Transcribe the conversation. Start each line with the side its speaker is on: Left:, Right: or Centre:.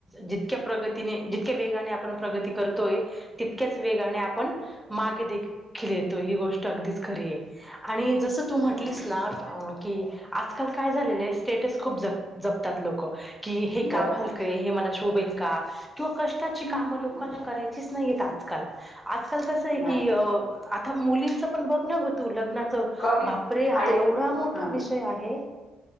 Centre: जितक्या प्रगतीने जितक्या वेगाने आपण प्रगती करतोय तितक्याच वेगाने आपण मागे देखील येतो ही गोष्ट अगदीच खरी ए आणि जस तू
Left: हम्म
Centre: म्हटलीस ना की आजकाल काय झालेलं आय स्टेटस खूप जपतात लोक. कि हे
Left: जपताच
Centre: काम हलकंय हे मला शोभेल का किंवा कष्टाची
Left: हम्म
Centre: काम लोकांना
Left: हम्म
Centre: करायची नाहीयेत आजकाल, आजकाल कस आहे की
Left: नाही
Centre: अ आता मुली पण बघण हो तू लग्नाच
Left: कमी
Centre: बापरे हा
Left: ऐक
Centre: एवढा मोठा
Left: हा
Centre: विषय आहे.